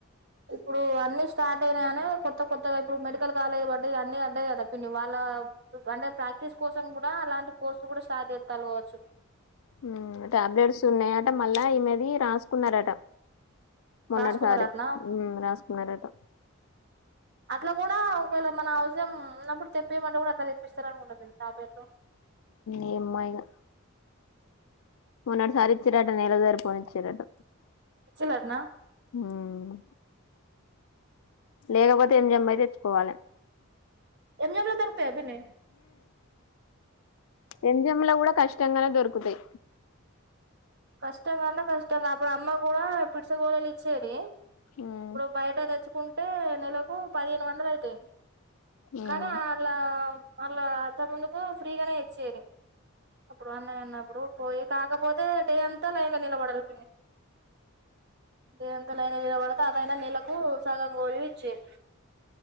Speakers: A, on the right; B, on the left.
A: ఇప్పుడు అన్ని స్టార్ట్ అయినాయనే కొత్త కొత్తగా ఇప్పుడు మెడికల్ కాలేజ్ పడ్డ అన్ని అడ్డాయి కదా వాళ్ళ అంటే ప్రాక్టీస్ కోసం కూడా అలాంటి కోర్సు కూడా స్టార్ట్ చేస్తాలుకవచ్చు
B: ఉం టాబ్లెట్స్ ఉన్నాయట మళ్ళా ఈమెది రాసు కున్నారట మొన్నటిసారి
A: రాసుకున్నారు అట్నా
B: రాసుకున్నారట
A: అట్లా కూడా మన అవసరం ఉన్నప్పుడు తెప్పేయమంటే కూడా అట్లా తెప్పిస్తారు అనుకుంటకదా టాబ్లెట్లు
B: ఏమ్మాయిగా మొన్నటిసారి ఇచ్చారట నెలసరిపోను ఇచ్చారట
A: చిలట్న
B: ఉమ్మ్ లేకపోతే ఏం జమ్మ పోయి తెచ్చుకోవాలి
A: ఏం జంలో దొరుకుత్ పబనే
B: ఎంజెమ్ల కూడా కష్టం. ఇంగానే దొరుకుతాయి.
A: కష్టంగాంటే కష్టంగా అప్పుడు అమ్మా కూడా పిడిసకోళలి ఇచ్చేది.
B: ఉమ్
A: ఇప్పుడు బయట తేచ్చు కుంటే నెలకు పదిహేను వందలు అయితాయి.
B: ఉమ్
A: కానీ ఆర్లాం వాళ్ళు అంత ముందుకు ఫ్రీగానే ఇచ్చేది అప్పుడు అన్న అన్న ఇప్పుడు పోయి కాకపోతే డే అంతా లైన్ లో నిలబడలి పిన్ని డే అంతా లైన్ నిలబడితే అదైనా నెలకు సగం గోళీలు ఇచ్చేది